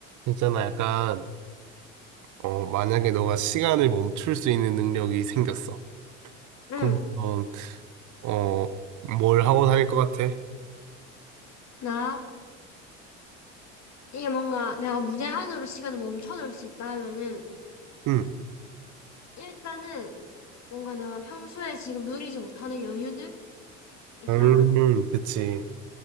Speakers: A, on the right; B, on the left.
A: 있잖아, 약간, 어, 만약에 너가 시간을 멈출 수 있는 능력이 생겼어.
B: 응,
A: 그러면, 어, 뭘 하고 다닐 것 같아?
B: 나, 이게 뭔가 내가 무제한으로 시간을 멈춰놓을 수 있다 하면은,
A: 응,
B: 일단은 뭔가 내가 평소에 지금 누리지 못하는 여유들 있잖아.
A: 음, 그치.